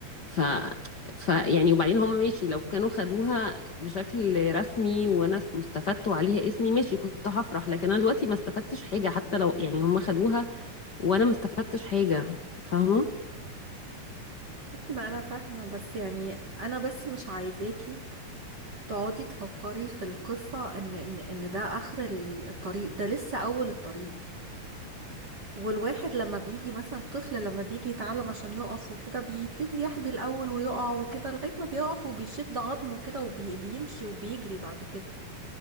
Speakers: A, on the left; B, on the right.
A: ف... ف يعني وبعدين هم ماشي لو كانوا خدوها بشكل رسمي وانا استفدت وعليها اسمي ماشي كنت هفرح لكن انا دلوقتي ما استفدتش حاجة حتى لو يعني هم خدوها وانا ما استفدتش حاجة فاهمة
B: ما انا فاهمه بس يعني انا بس مش عايزاكي تقعدي تفكري في القصه ان ان ان ده اخر ال- الطريق ده لسه اول الطريق والواحد لما بيجي مثلا الطفل لما بيجي يتعلم عشان يقف وكده بيبتدي يحبي الاول ويقع وكده لغايه ما بيقف وبيشد عظمه كده وبيمشي وبيجري بعد كده